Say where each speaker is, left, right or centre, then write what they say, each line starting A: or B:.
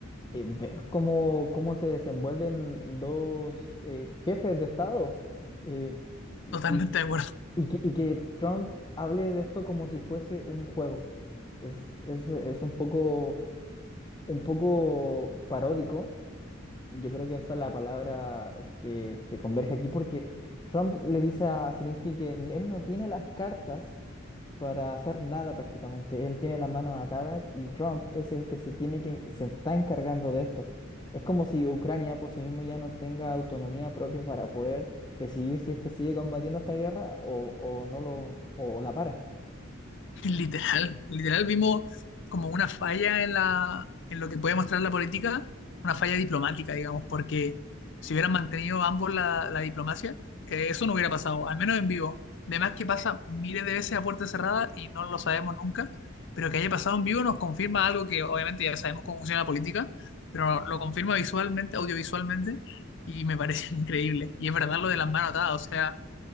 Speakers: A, on the left (about 20°); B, on the left (about 65°).
A: eh, ver cómo, cómo se desenvuelven dos eh, jefes de Estado eh, y,
B: Totalmente de acuerdo.
A: y- y que, y que Trump hable de esto como si fuese un juego. Es, es, es un poco, un poco paródico yo creo que esa es la palabra que, que converge aquí, porque Trump le dice a Zelensky que él no tiene las cartas para hacer nada prácticamente. Él tiene las manos atadas y Trump es el que se tiene que, se está encargando de esto. Es como si Ucrania por sí mismo ya no tenga autonomía propia para poder decidir si es que sigue combatiendo esta guerra o, o no lo, o la para.
B: Literal, literal vimos como una falla en la, en lo que puede mostrar la política, una falla diplomática, digamos, porque si hubieran mantenido ambos la, la diplomacia, eh, eso no hubiera pasado, al menos en vivo. Además que pasa miles de veces a puerta cerrada y no lo sabemos nunca, pero que haya pasado en vivo nos confirma algo que obviamente ya sabemos cómo funciona la política, pero lo confirma visualmente, audiovisualmente, y me parece <laughs> increíble. Y es verdad lo de las manos atadas, o sea